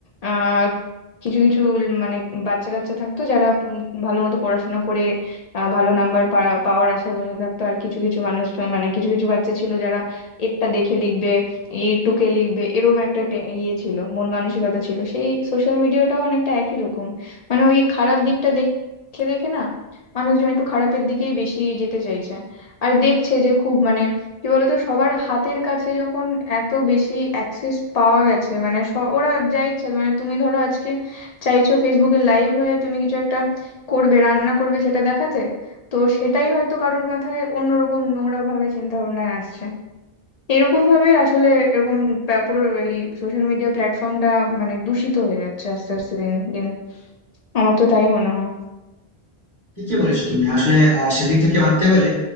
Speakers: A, on the left; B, on the left.
A: আহ কিছু কিছু উল- মানে বাচ্চা কাচ্চা থাকতো যারা উম, ভালো মতো পড়াশোনা করে আহ, ভালো নাম্বার পাওয়ার আশায় বসে থাকতো আর কিছু কিছু মানুষ জ- মানে কিছু কিছু বাচ্চা ছিল যারা এরটা দেখে লিখবে এই টুকে লিখবে এরকম একটা টে- ইয়ে ছিল মন মানসিকতা ছিল সেই সোশ্যাল মিডিয়াটাও অনেকটা একই রকম মানে ওই খারাপ দিকটা দেখে দেখে না মানুষজন একটু খারাপের দিকেই বেশি যেতে চাইছে আর দেখছে যে খুব মানে কি বলতো সবার হাতের কাছে যখন এত বেশি অ্যাক্সেস পাওয়া গেছে মানে স- ওরা যা ইচ্ছা মানে তুমি ধরো আজকে চাইছো ফেসবুকে লাইভ হয়ে তুমি কিছু একটা করবে রান্না করবে সেটা দেখাতে তো সেটাই হয়তো কারোর মাথায় অন্যরকম নোংরা ভাবে চিন্তা ভাবনায় আসছে এরকম ভাবে আসলে এরকম ব্যা- পুরো এই সোশ্যাল মিডিয়া প্ল্যাটফর্মটা মানে দূষিত হয়ে যাচ্ছে আস্তে আস্তে দিন দিন আমার তো তাই মনে হয়
B: ঠিকই বলেছো তুমি আসলে আহ, সেদিক থেকে ভাবতে গেলে